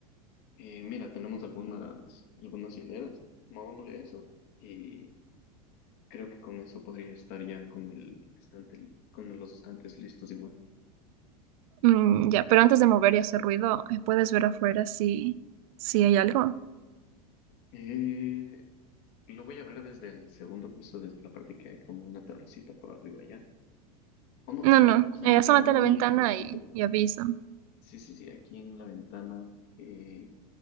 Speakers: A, on the left; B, on the right.
A: eh, mira, tenemos algunas, algunas hileras. Movámosle eso y creo que con eso podría estar ya con el estante, con los estantes listos igual.
B: Mm, ya, pero antes de mover y hacer ruido, eh, ¿puedes ver afuera si, si hay algo?
A: Eh, lo voy a ver desde el segundo piso, desde la parte que hay como una terracita por arriba ya. O no,
B: No,
A: mira,
B: no,
A: aquí
B: eh, asómate
A: hay un
B: a la ventana
A: huequito.
B: y, y avisa.
A: Sí, sí, sí, aquí en la ventana. eh,